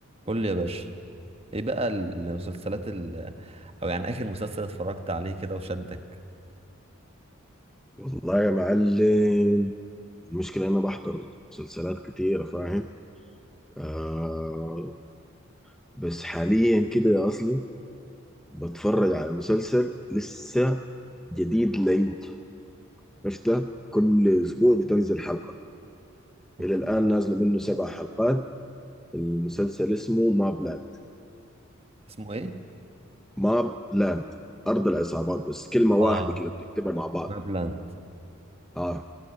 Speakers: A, on the right (about 30°); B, in the centre.
A: قول لي يا باشا ايه بقى المسلسلات ال... او يعني اخر مسلسل اتفرجت عليه كده وشدك
B: والله يا معلم المشكلة أنا بحضر مسلسلات كتيرة فاهم آه بس حاليا كده يا أصلي بتفرج على مسلسل لسه جديد لينج عرفته كل أسبوع بتنزل حلقة
A: اوكي
B: إلى الآن نازلة منه سبع حلقات المسلسل اسمه ماب لاند
A: اسمه ايه
B: ماب لاند أرض العصابات بس كلمة
A: اه
B: واحدة كده بتكتبها مع بعض
A: بابلاند
B: آه